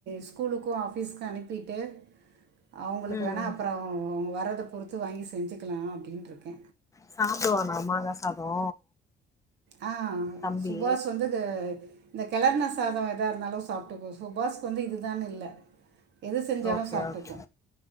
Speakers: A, on the right; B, on the left.
A: ஸ்கூலுக்கு ஆஃபீஸ்கு அனுப்பிட்டு அவுங்களுக்கு
B: ம்
A: வேணா அப்பறோ அவங்க வர்றத பொறுத்து வாங்கி செஞ்சுக்குலா அப்டின்ருக் கே
B: சாப்டுவானா மாங்கா சாதோ
A: ஆ
B: தம்பி
A: சுபாஷ் வந்து க இந்த கெளர்ண சாதோ எதா இருந்தாலு சாப்ட்டுக்கு சுபாஷ்க்கு வந்து இதுதானு இல்ல எது செஞ்சாலு
B: ஓகே
A: சாப்ட்டுக்கு
B: ஓகே